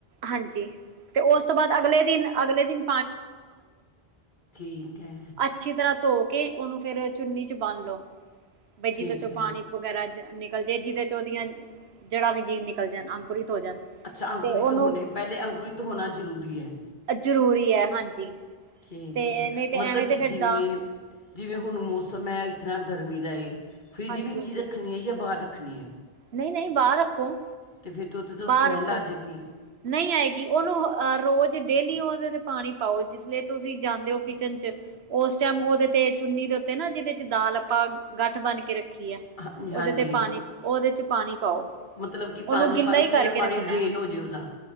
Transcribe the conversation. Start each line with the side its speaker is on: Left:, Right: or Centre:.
Right: ਹਾਂਜੀ, ਤੇ ਉਸ ਤੋਂ ਬਾਅਦ ਅਗਲੇ ਦਿਨ ਅਗਲੇ ਦਿਨ
Left: ਠੀਕ ਐ।
Right: ਅੱਛੀ, ਤਰ੍ਹਾਂ ਧੋ ਕੇ ਉਹਨੂੰ ਫਿਰ ਚੁੰਨੀ ਚ ਬੰਨ ਲੋ ਵੀ ਜੀਦੇ
Left: ਠੀਕ
Right: ਚੋਂ ਪਾਣੀ
Left: ਹੈ
Right: ਵਗੈਰਾ ਨਿਕਲ ਜੇ ਜਿਹਦੇ ਚ ਉਹਦੀਆਂ ਜੜਾ ਵੀ ਜੀਣ ਨਿਕਲ ਜਾਣ ਅੰਕੁਰਿਤ ਹੋ ਜਾਣ।
Left: ਅੱਛਾ ਅੰਕੁਰਿਤ
Right: ਤੇ ਉਹਨੂੰ
Left: ਹੋਣੇ ਪਹਿਲੇ ਅੰਕੁਰਿਤ ਹੋਣਾ ਜ਼ਰੂਰੀ ਹੈ
Right: ਜ਼ਰੂਰੀ ਹੈ ਹਾਂਜੀ
Left: ਠੀਕ
Right: ਤੇ
Left: ਹੈ
Right: ਨਹੀਂ ਤੇ
Left: ਮਤਲਬ
Right: ਐਵੇਂ ਤੇ
Left: ਕਿ ਜਿਵੇਂ
Right: ਫਿਰ ਦਾ
Left: ਜਿਵੇਂ ਹੁਣ ਮੌਸਮ ਹੈ ਇ ਤਨਾ ਗਰਮੀ ਦਾ ਫਰਿੱਜ
Right: ਹਾਂਜੀ
Left: ਵਿੱਚ
Right: ਹਾਂਜੀ
Left: ਹੀ ਰੱਖਣੀ ਹੈ ਜਾਂ ਬਾਹਰ ਰੱਖਣੀ ਹੈ
Right: ਨਹੀਂ ਨਹੀਂ ਬਾਹਰ ਰੱਖੋ
Left: ਅਤੇ ਫਿਰ ਤੋਂੋਤੇ ਤੋਂੋਂ ਸਮੈੱਲ
Right: ਬਾਹਰ ਰੱਖੋ
Left: ਆ ਜਾਗੀ
Right: ਨਹੀਂ ਆਏਗੀ ਉਹਨੂੰ ਅਹ ਰੋਜ਼ ਡੇਲੀ ਉਹਦੇ ਤੇ ਪਾਣੀ ਪਾਓ ਜੀ ਇਸ ਤੁਸੀਂ ਜਾਂਦੇ ਹੋ ਕਿਚਨ ਚ ਉਸ ਟਾਈਮ ਉਹਦੇ ਤੇ ਚੁੰਨੀ ਦੇ ਉੱਤੇ ਨਾ ਜਿਹਦੇ ਚ ਦਾਲ ਆਪਾਂ ਗੱਠ ਬਣ ਕੇ ਰੱਖ ਰੀ
Left: ਹਾਂਜੀ
Right: ਉਹਦੇ
Left: ਹਾਂਜੀ
Right: ਤੇ ਪਾਣੀ ਉਹਦੇ ਚ ਪਾਣੀ ਪਾਓ
Left: ਮਤਲਬ ਕਿ
Right: ਉਹਨੂੰ
Left: ਪਾਣੀ
Right: ਗਿੱਲਾ
Left: ਪਾ ਕੇ
Right: ਈ ਕਰਕੇ
Left: ਜਿਹੜਾ ਪਾਣੀ
Right: ਰੱਖਣਾ।
Left: ਡਰੇਨ ਹੋ ਜੇ ਉਹਦਾ